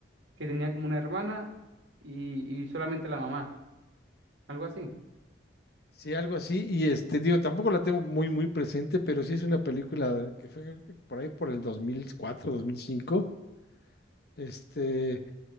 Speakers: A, on the right; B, on the left.
A: que tenía como una hermana y, y solamente la mamá. Algo así.
B: Sí, algo así. Y este, digo, tampoco la tengo muy, muy presente, pero sí es una película que fue por ahí por el dos dos mil cuatro, dos mil cinco, Este,